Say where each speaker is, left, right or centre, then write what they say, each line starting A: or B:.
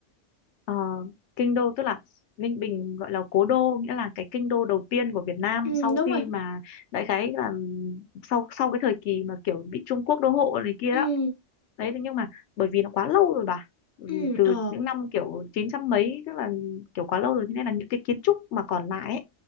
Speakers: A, on the left; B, on the left.
A: ờ, kinh đô tức là Ninh Bình gọi là cố đô nghĩa là cái kinh đô đầu tiên của Việt Nam
B: Ừ
A: sau
B: đúng
A: khi
B: rồi.
A: mà đại khái là sau sau cái thời kỳ mà kiểu bị Trung Quốc đô hộ này kia
B: Ừ
A: đó đấy thế nhưng mà bởi vì nó quá lâu rồi bà Bởi
B: ừ
A: vì từ
B: ờ
A: những năm kiểu chín trăm mấy tức là kiểu quá lâu rồi thế nên là những cái kiến trúc mà còn lại ấy,